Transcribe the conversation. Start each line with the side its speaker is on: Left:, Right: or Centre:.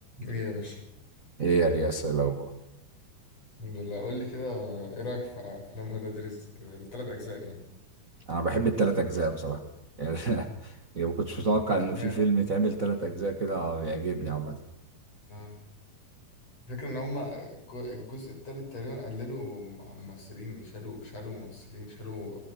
Left: ايه يا باشا
Right: ايه يا رياسة لو
Left: الحمد لله قول لي كده ايه رايك في افلام ولاد رزق كده الثلاث اجزاء يعني
Right: انا بحب التلات اجزاء بصراحة يعني <laughs> يعني ما كنتش متوقع
Left: اشمعنى
Right: ان في فيلم يتعمل تلات اجزاء كده يعجبني عامة
Left: آه. الفكره ان هم الجزء الثالث تقريبا قللوا ممثلين شالوا شالوا ممثلين شالوا